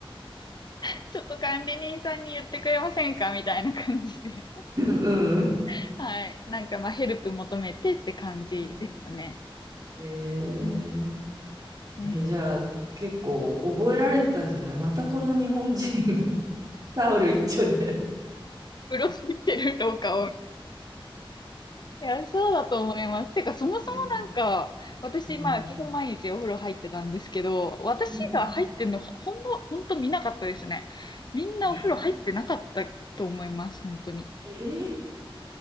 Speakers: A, on the left (about 50°); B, on the right (about 45°).
A: <laughs> ちょっと管理人さんに言ってくれませんかみたいな感じで。
B: うんうん
A: <laughs> はい。なんか、まあ、ヘルプ求めてって感じでしたね。
B: うん。え
A: うん。
B: ー、え、じゃあ、結構覚えられてたんじゃないまたこの日本人 <laughs> タオル一丁で
A: うろついてる廊下をいや、そうだと思います。てか、そもそもなんか、
B: うん。
A: 私、
B: うん。
A: まあ、基本毎日お風呂入ってたんですけど、私が入ってんの、
B: うんう
A: ほんま、ほんと見なかったですね。みんなお風呂入ってなかったと思います、
B: ん。え
A: 本当に。
B: ー、え